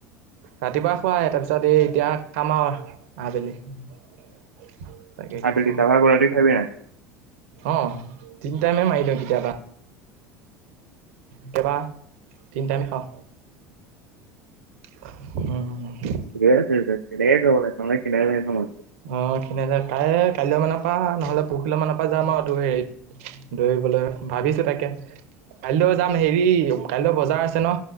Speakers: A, on the right (about 60°); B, on the right (about 80°).
A: ৰাতিপুৱা খুৱাই তাৰপিছত এই এতিয়া খাম আৰু আবেলি। <unintelligible>
B: আবেলি
A: কওঁ
B: তাৰপৰা আকৌ ৰাতি খাবি নে নাই?
A: অ' তিনি টাইমে মাৰি দিওঁ কেতিয়াবা। কেতিয়াবা তিনি টাইমে খাওঁ। <unintelligible> উম' উম' উম।
B: ক কনে নালে কিনেনই <unintelligible>
A: অ' খিনাইছে, কাইলৈ কাইলৈ মানৰ পৰা নহ'লে পৰহিলে মানৰ পৰা যাম আৰু এইটো হেৰিত দৌৰিবলৈ ভাবিছোঁ তাকে। কাইলৈ যাম, হেৰি কাইলৈ বজাৰ আছে ন